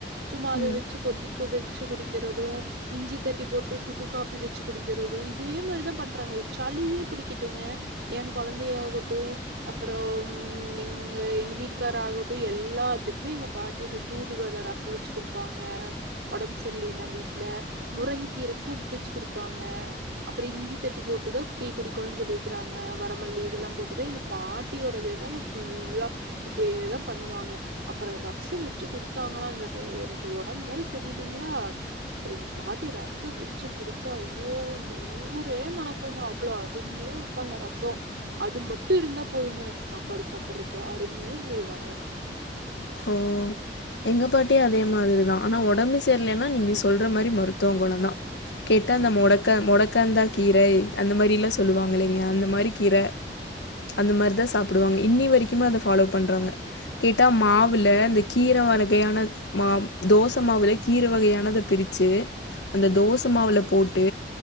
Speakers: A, on the right; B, on the left.
A: சும்மா அதவச்சு
B: ம்.
A: கொதிக்க வச்சு குடிக்கிறதும் இஞ்சி தட்டி போட்டு சுக்கு காப்பி வச்சி குடிக்கிறதோ இதே மாரிதா பண்றாங்க ஒரு சளியே புடிக்கட்டுங்க ஏ கொலந்தையாகட்டு அப்புறோ ம் எங்க எங்க வீட்டுக்காரர் ஆகட்டும் எல்லாத்துக்குமே எங்க பாட்டி இந்த தூதுவல ரசம் வச்சி குடுப்பாங்கே உடம்பு சரிலன்னா வீட்டுல முருங்கங்கீர சூப் வச்சி குடுப்பாங்க அப்புறம் இஞ்சி தட்டி போட்டுதா டீ குடிக்கணும்னு சொல்லிருக்காங்க வரமல்லி இதெல்லா போட்டுதா எங்க பாட்டியோடே தாங்கே ஃபுல்லா இப்டியேதா பண்ணுவாங்க அப்புறம் ரச சம் வச்சு குடுத்தாங்கன்னா அந்த எனக்கு உடம்பு வேற சரியில்லலைங்களா அப்ற எங்க பாட்டி ரசம் வச்சு குடுத்தா ஐயோ அந்த ஊரே மனக்குங்கே அவ்ளோ அருமையா இருக் வைப்பாங்க ரசோ அது மட்டு இருந்தா போதுங்கே எனக்கு சாப்பாடு சாப்றக்கு அருமையா செய்வாங்க
B: ஓ எங்க பாட்டியு அதே மாதிரிதான் ஆனா உடம்பு சேரலன்னா நீங்க சொல்ற மாதிரி மருத்துவ குணம் தான் கேட்டா அந்த மொடக்க மொடக்காந்தா கீரை அந்த மாரி எல்லா சொல்லுவாங்க இல்லைங்க அந்த மாரி கீரை அந்த மாரிதா சாப்டுவாங்க இன்னி வரைக்குமே அத ஃபாலோ பண்றாங்க கேட்டா மா மாவுல இந்த கீரை வகையான மா தோச மாவுல கீரை வகையானத பிரிச்சு அந்த தோச மாவுல போட்டு